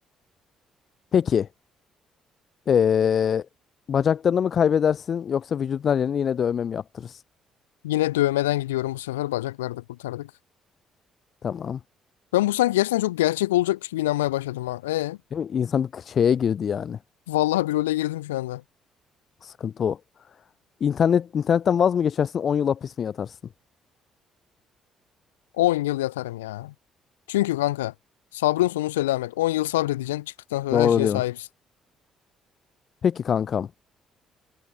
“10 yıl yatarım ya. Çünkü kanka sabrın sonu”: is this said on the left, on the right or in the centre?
Left